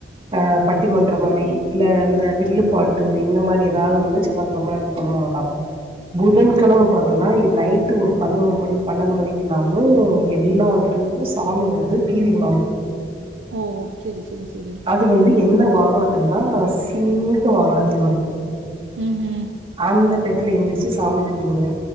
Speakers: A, on the right (about 30°); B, on the right (about 75°).
A: அ பட்டிமன் ற மாரி இல்ல இந்த வில்லுப்பாட்டு இந்த மாரி ஏதாது ஒன்னு செவ்வாகழம இது பண்ணுவாங்க புதன்
B: ம்
A: கழம
B: ம்
A: பாத்த னா இ நைட்டு ஒரு பதினோரு மணி பன்னெண்டு மணிக்குலாமு எல்லாத்தரு சாமி வந்து வீதி உலா வரும்
B: ஓ சேரி சேரி சேரி
A: அது வந்து எந்த வாகனத்துலன்னா சிங்க வாகனத்துல வரும்
B: ம் ம்
A: அந்த டயத்துல எந்திரிச்சு சாமி கும்பிடுவோ